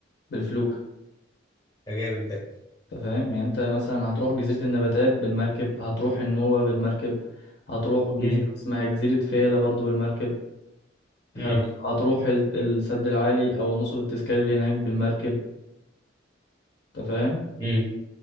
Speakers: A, on the left; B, on the left.
A: بالفلوك
B: ده جامد ده
A: انت فاهم يعني انت مثلا هتروح جزيرة النباتات بالمركب هتروح النوبة بالمركب هتروح جزيرة
B: امم
A: اسمها جزيرة فيلة برضو بالمركب هت...
B: إمم،
A: هتروح ال- السد العالي او نصب التذكاري اللي هناك بالمركب انت فاهم
B: إمم.